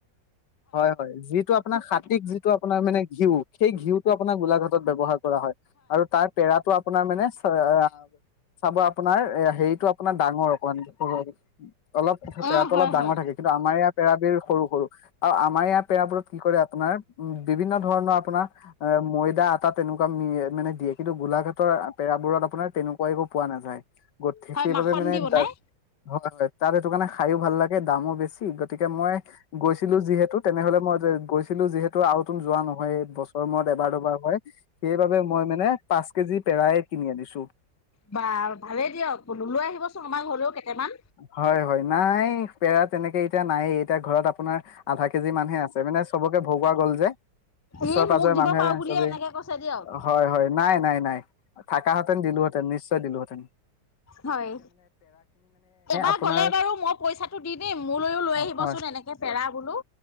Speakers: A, on the left; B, on the left.
A: হয় হয়, যিটো আপোনাৰ হাতীক, যিটো আপোনাৰ মানে ঘিউ সেই ঘিউ আপোন গোলাঘাটত ব্যৱহাৰ কৰা হয় আৰু তাৰ পেৰাটো আপোনাৰ মানে চাব আপোনাৰ হেৰিতটো আপোনাৰ ডাঙৰ অকণমান সৰু অলপ
B: অ',
A: পেৰাতটো
B: হয়,
A: অলপ ডাঙৰ
B: হয়,
A: থাকে কিন্তু আমাৰ ইয়াৰ পেৰা বিৰ সৰু সৰু আৰু আমাৰ ইয়াৰ পেৰাবোৰত কি কৰে আপোনাৰ উ বিভিন্ন ধৰণৰ আপোনাৰ এ ময়দা আটা তেনেকুৱা মানে দিয়ে কিন্তু গোলাঘাটৰ পেৰাবোৰত আপোনাৰ তেনেকুৱাই একো পোৱা নাযায় গঠ
B: হয়,
A: সেইবাবে
B: মাখন
A: মানে
B: দি বনাই
A: দাগ হোৱা হয় <unintelligible> তাত সেইটো কাৰণে খায়ো ভাল লাগে দামো বেছি গতিকে মই গৈছিলো যিহেতু তেনেহলে মই গৈছিলো যিহেতু আৰু তুন যোৱা নহয় মৰত এবাৰ দুবাৰ হয় সেইবাবে মই মানে পাঁচ কেজি পেৰা কিনি আনিছো
B: বা ভালেই দিয়ক বোলো লৈ আহিবচোন আমাৰ ঘৰলৈও কেইটামান।
A: হয় হয় নাই পেৰা তেনেকে এতিয়া নায়েই এতিয়া ঘৰত আপোনাৰ আধা কেজি মানুহে আছে মানে চবকে ভগুৱা গ'ল যে
B: ই
A: ওচৰে পাজৰে
B: মোক দিব
A: মানুহে
B: পাৰো বুলিয়ে
A: চবেই
B: এনেকে কৈছে দিয়ক।
A: ।হয় হয় নাই নাই নাই থাকা হেতেন দিলোহেতেন নিশ্চয় দিলোহেতেন।
B: হয় এবাৰ
A: আপোনাৰ
B: গলে বাৰু মই পইচাটো দি দিম মোলৈও লৈ আহিবচোন
A: হয়
B: এনেকে পেৰা বোলো